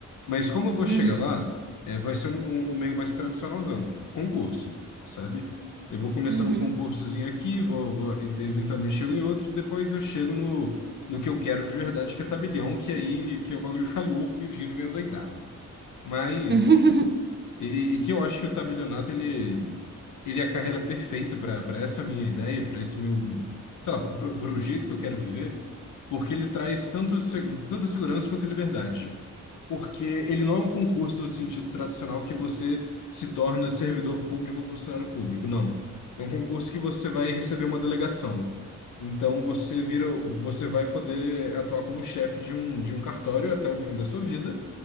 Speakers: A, on the left; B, on the right.
A: Mas como eu vou chegar
B: uhum,
A: lá, é, vai ser um, um- um meio mais tradicionalzão, concurso, sabe? Eu vou começando
B: uhum,
A: um concursozinho aqui, vou, vou- e- eventualmente chego em outro, depois eu chego no, no que eu quero de verdade, que é tabelião, que aí que é o bagulho fica louco e o dinheiro vem adoidado. Mas,
B: <laughs>
A: e, e- e que eu acho que o tabelionato, ele, ele é a carreira perfeita para para essa minha ideia, para esse meu, sei lá, para o jeito que eu quero viver, porque ele traz tanto, se- tanta segurança quanto liberdade porque ele não é um concurso no sentido tradicional que você se torna servidor público ou funcionário público, não. É um concurso que você vai receber uma delegação. Então você vira, você vai poder atuar como chefe de um, de um cartório até o fim da sua vida,